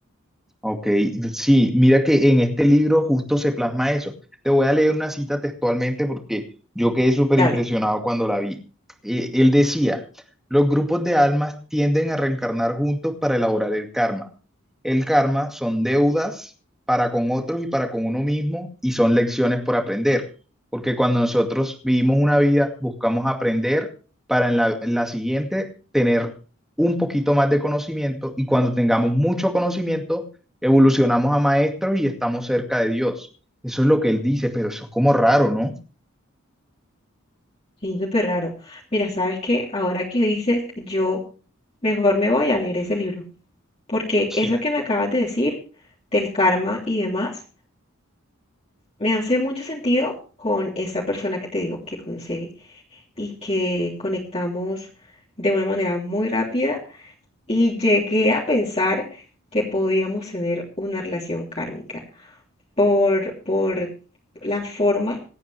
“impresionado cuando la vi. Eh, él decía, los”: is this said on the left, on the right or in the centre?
Centre